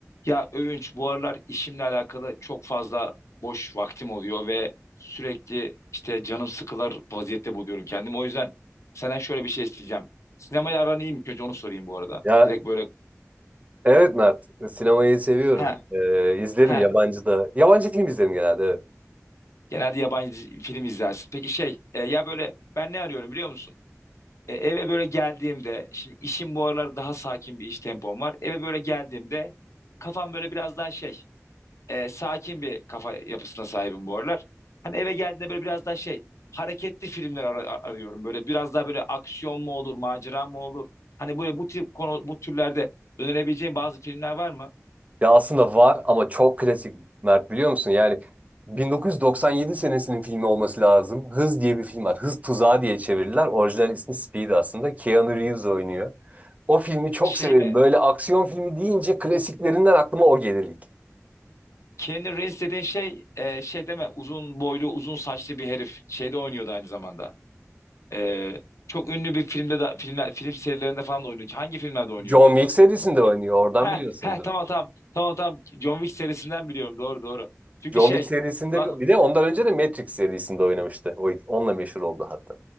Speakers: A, on the left (about 65°); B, on the right (about 25°).
A: Ya övünç bu aralar işimle alakalı çok fazla boş vaktim oluyor ve sürekli işte canım sıkılır vaziyette buluyorum kendimi. O yüzden senden şöyle bir şey isteyeceğim. Sinemayla aran iyi mi? İlk Önce onu sorayım bu arada.
B: Ya
A: Direkt böyle
B: evet Mert, sinemayı seviyorum.
A: he
B: Ee, izlerim
A: he
B: yabancı da. Yabancı film izlerim genelde. evet.
A: genelde yabancı film izlersin. Peki şey e, ya böyle ben ne arıyorum biliyor musun? E, eve böyle geldiğimde şimdi işim bu aralar daha sakin bir iş tempom var. Eve böyle geldiğimde kafam böyle biraz daha şey e, sakin bir kafa yapısına sahibim bu aralar. Hani eve geldiğinde böyle biraz daha şey hareketli filmler ara- arıyorum. Böyle biraz daha böyle aksiyon mu olur, macera mı olur? Hani böyle bu tip konu bu türlerde önerebileceğim bazı filmler var mı?
B: Ya aslında var ama çok klasik Mert biliyor musun? Yani 1997 senesinin filmi olması lazım. Hız diye bir film var. Hız Tuzağı diye çevirdiler. Orijinal ismi Speed aslında. Keanu Reeves oynuyor. O filmi çok
A: Şey
B: severim.
A: mi?
B: Böyle aksiyon filmi deyince klasiklerinden aklıma o gelir ilk.
A: Keanu Reeves dediğin şey e, şey deme uzun boylu uzun saçlı bir herif şeyde oynuyordu aynı zamanda. E, çok ünlü bir filmde de filmler, film serilerinde falan da oynuyordu. Hangi filmlerde oynuyordu?
B: John Wick serisinde oynuyor. Oradan
A: Heh,
B: biliyorsundur.
A: heh tamam tamam. Tamam tamam. John Wick serisinden biliyorum. Doğru doğru. Çünkü
B: John
A: şey
B: Wick serisinde
A: lan
B: bir de ondan önce de Matrix serisinde oynamıştı. O, onunla meşhur oldu hatta.